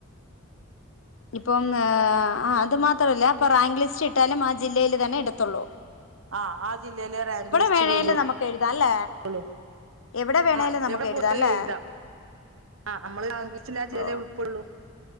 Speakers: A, on the left (about 70°); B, on the right (about 80°).
A: ഇപ്പോം ഏ അത് മാത്രം അല്ല ഇപ്പൊ റാങ്ക് ലിസ്റ്റ് കിട്ടിയാലും ആ ജില്ലയിൽ തന്നെ കിട്ടാത്തൊള്ളൂ
B: ആ ആ ജില്ലയിലെ റാങ്ക് ലിസ്റ്റിൽ
A: വേണേലും
B: ഇടുള്ളു
A: നമുക്ക് എഴുതാം അല്ലേ
B: ലേ
A: എവിടെ വേണേലും
B: ആ
A: നമുക്ക്
B: എവിടെ
A: എഴുതാം
B: പോയാലും
A: അല്ലേ
B: എഴുത അ ഞമ്മൾ റാങ്ക് ലിസ്റ്റ് ആ ജില്ലയിലെ
A: ഓ
B: ഉൾപ്പെടോള്ളൂ